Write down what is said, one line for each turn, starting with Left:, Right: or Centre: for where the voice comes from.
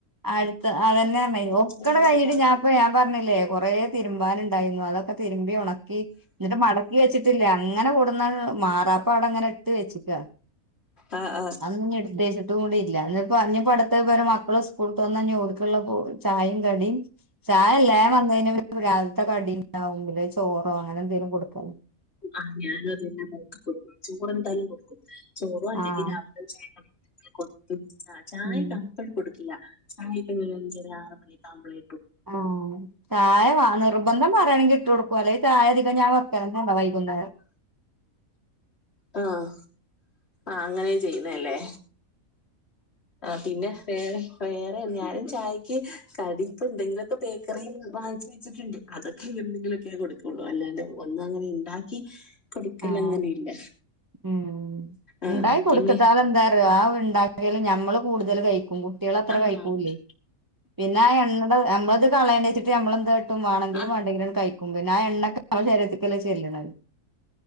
Right: അടുത്ത അതന്ന പറഞ്ഞത് ഒക്കടെ
Left: കഴിഞ്ഞ്
Right: കഴിഞ്ഞിട്ട്
Left: രാത്രി
Right: ഞാപ്പ ഞാൻ പറഞ്ഞില്ലേ കൊറേ തിരുമ്പാനുണ്ടായിരുന്നു അപ്പ അതൊക്കെ തിരുമ്പി ഒണക്കി എന്നിട്ട് മടക്കി വെച്ചിട്ടില്ല അങ്ങനെ <unintelligible> <unintelligible> മാറാപ്പ അവിടെ ഇങ്ങനെ എടുത്തു വെച്ചിട്ട
Left: ആ ആ
Right: <unintelligible> <unintelligible> കൂടി ഇല്ല ഇനീപ്പോ, ഇനീപ്പോ അടുത്ത ഇവരെ മക്കളും സ് <unintelligible> വന്നാ ഇനി ഓർക്കുള്ള ചായയും കടിയും <unintelligible> രാവിലത്തെ കടി <unintelligible> ചോറോ അങ്ങനെ എന്തേലും കൊടുക്കൽ
Left: ആഹ് ഞാനും അത് തന്നാ <unintelligible> ചോറ് എന്തായാലും കൊടുക്കും. ചോറോ അല്ലെങ്കിൽ
Right: ആഹ്
Left: രാവിലത്തെ <unintelligible> ചായ
Right: ഉം
Left: ഇട്ടാൽ അപ്പഴ് കൊടുക്കില്ല. <unintelligible> അഞ്ചാര ആറു മണിയൊക്കെ ആവുമ്പളെ
Right: ആഹ് ചായ വ നിർബന്ധം പറയാണെങ്കിൽ ഇട്ട് കൊടുക്കും <unintelligible> ചായ അധികം ഞാൻ <unintelligible> വൈകുന്നേരം
Left: ആഹ് ആഹ് അങ്ങനെ ചെയ്യുന്നേ അല്ലേ ആഹ് പിന്നെ വേറെ വേ അ ഞാനും ചായയ്ക്ക് കടി ഇപ്പൊ എന്തെങ്കിലുമൊക്കെ ബേക്കറി വാങ്ങി വെച്ചിട്ടുണ്ട് അതൊക്കെ എന്തെങ്കിലു തെക്കെ കൊടുക്കുള്ളൂ അല്ലാണ്ട് ഒന്നുങ്ങനെ ഇണ്ടാക്കി കൊടുക്കലങ്ങനെയില്ല
Right: ആഹ് ഉം
Left: ആഹ്
Right: ഉണ്ടായി കൊടുക്കത്താൽ
Left: പിന്നെ
Right: എന്താറിയോ ആ ഞമ്മള് കൂടുതൽ കഴിക്കും കുട്ടികള് അത്ര
Left: ആഹ്
Right: കഴിക്കൂല്ലേ പിന്നെ ആഹ് എണ്ണത് നമ്മൾത് കളയണ്ട ച്ചിട്ട് നമ്മള് എന്താട്ടും വേണെങ്കിലും
Left: ആഹ്
Right: വണ്ടെിങ്കിലും കഴി ക്കും പിന്നെ ആഹ് എണ്ണക്കെ നമ്മ ശരീരത്തിക്കല്ലെ ചെല്ല്ണത്